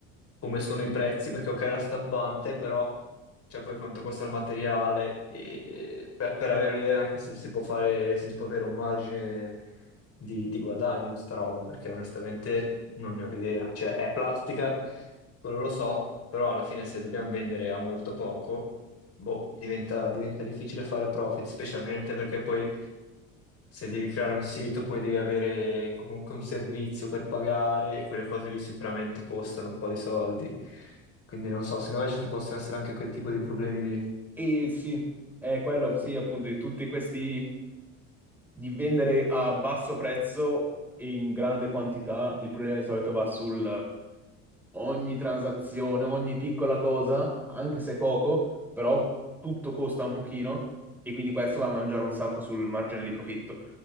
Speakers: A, on the left; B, in the centre.
A: come sono i prezzi, perché ok, la stampante, però cioè poi quanto costa il materiale, e, per, per avere un'idea anche se si può fare, se si può avere un margine di, di guadagno su sta roba, perché onestamente non ne ho idea. Cioè è plastica quello lo so, però alla fine se dobbiamo vendere a molto poco, boh, diventa, diventa difficile fare profit, specialmente perché poi se devi creare un sito, poi devi avere comunque un servizio per pagare e quelle cose lì sicuramente costano un po' di soldi. Quindi non so, secondo me ci possono essere anche quel tipo di problemi lì.
B: E sì, è quello, sì, appunto, di tutti questi di vendere a basso prezzo e in grande quantità, il problema di solito va sul ogni transazione, ogni piccola cosa, anche se poco, però tutto costa un pochino e quindi questo va a mangiare un sacco sul margine di profitto.